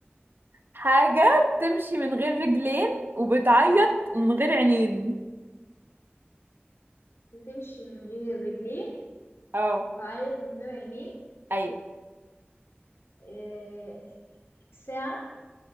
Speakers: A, on the right; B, on the left.
A: حاجة بتمشي من غير رجلين وبتعيط من غير عينين
B: بتمشي من غير رجلين
A: اه
B: بتعيط من غير عينين
A: ايوه
B: إيه... ساعة